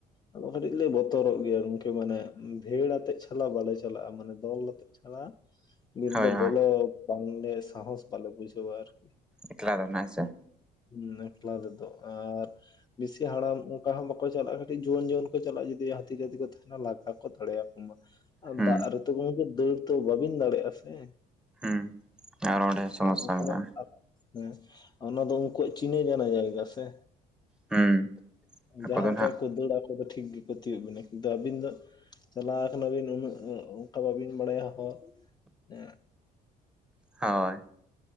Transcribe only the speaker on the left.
ᱟᱫᱚ ᱠᱟᱹᱴᱤᱡ ᱞᱮ ᱵᱚᱛᱚᱨᱚᱜ ᱜᱮᱭᱟ ᱱᱤᱝᱠᱮ ᱢᱟᱱᱮ ᱵᱷᱮᱲ ᱟᱛᱮᱜ ᱪᱷᱟᱲᱟ ᱵᱟᱞᱮ ᱪᱟᱞᱟᱜᱼᱟ ᱢᱟᱱᱮ ᱫᱚᱞ ᱟᱛᱮᱜ ᱪᱷᱟᱲᱟ ᱵᱤᱨ
ᱫᱚ
ᱵᱚᱞᱚ ᱵᱟᱝᱞᱮ ᱥᱟᱸᱦᱚᱥ ᱵᱟᱞᱮ ᱵᱩᱡᱷᱟᱹᱣᱟ ᱟᱨᱠᱤ ᱾
ᱦᱩᱸ ᱮᱠᱞᱟ ᱨᱮᱫᱚ ᱟᱨ ᱵᱮᱥᱤ ᱦᱟᱲᱟᱢ ᱚᱱᱠᱟ ᱦᱚᱸ ᱵᱟᱠᱚ ᱪᱟᱞᱟᱜᱼᱟ, ᱠᱟᱹᱴᱤᱡ ᱡᱩᱣᱟᱹᱱ ᱡᱩᱣᱟᱱ ᱠᱚ ᱪᱟᱞᱟᱜᱼᱟ ᱡᱩᱫᱤ ᱦᱟᱹᱛᱤ ᱜᱮ ᱫᱤ ᱠᱚ ᱛᱟᱦᱮᱱᱟ ᱞᱟᱜᱟ ᱠᱚ ᱫᱟᱲᱮᱭᱟᱠᱚ ᱢᱟ ᱾ ᱟᱨ
ᱫᱟᱜ ᱨᱮᱛᱚ ᱜᱚᱢᱠᱮ ᱫᱟᱹᱲ ᱛᱚ ᱵᱟᱵᱤᱱ ᱫᱟᱲᱮᱭᱟᱜᱼᱟ ᱥᱮ ᱦᱮᱸ
ᱟᱨ ᱩ-ᱩᱱᱟ.
ᱜ ᱦᱮᱸ ᱚᱱᱟ ᱫᱚ ᱩᱱᱠᱩᱣᱟᱜ ᱪᱤᱱᱟᱹ ᱡᱟᱱᱟ ᱡᱟᱭᱜᱟ ᱥᱮ᱾
ᱦᱮᱸ
ᱡᱟᱦᱟᱸ
ᱞᱮᱠᱟ
ᱜᱮᱠᱚ ᱫᱟᱹᱲᱟ ᱟᱠᱚ ᱫᱚ ᱴᱷᱤᱠ ᱜᱮᱠᱚ ᱛᱤᱭᱳᱜ ᱵᱤᱱᱟ ᱠᱤᱱᱛᱩ ᱟᱹᱵᱤᱱ ᱫᱚ ᱪᱟᱞᱟᱣ ᱟᱠᱟᱱᱟᱵᱤᱱ ᱩᱱᱟᱹᱜ ᱚᱱᱠᱟ ᱵᱟᱵᱤᱱ ᱵᱟᱲᱟᱭᱟ ᱦᱚᱨ ᱮᱸ